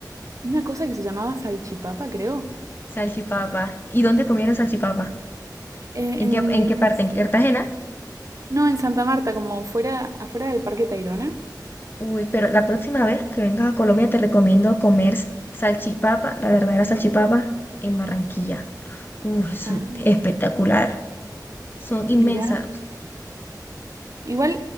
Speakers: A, on the right; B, on the left.
A: una cosa que se llamaba salchipapa, creo.
B: Salchipapa. ¿Y dónde comieron salchipapa?
A: Eh,
B: ¿En
A: en,
B: qué, en qué parte?
A: en S-
B: ¿En Cartagena?
A: no, en Santa Marta, como fuera, afuera del Parque Tayrona.
B: Uy, pero la próxima vez que vengas a Colombia te recomiendo comer s- salchipapa, la verdadera salchipapa, en Barranquilla. Uy, su-
A: Ah,
B: espectacular. Son inmensas.
A: mirá. Igual,